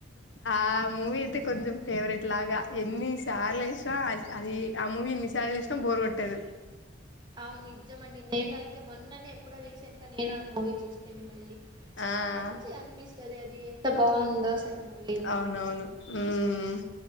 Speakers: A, on the left (about 70°); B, on the right (about 25°).
A: ఆ మూవీ అయితే కొంచెం ఫేవరెట్ లాగా ఎన్ని సర్లేస్న అది ఆ మూవీ ఎన్ని సార్లు చూసిన బోర్ కొట్టదు
B: అవును నిజమండి నేను అయితే మొన్ననే ఎప్పుడో రీసెంట్ ఇంక నేను ఆ మూవీ చుస్తిని మళ్లీ
A: ఆ
B: మళ్ళీ మంచిగ అనిపిస్తది అది ఎంత బావుందో అసలు ఆ మూవీ అయితే
A: అవునవును
B: నిజంగానే
A: హుమ్
B: మ్మ్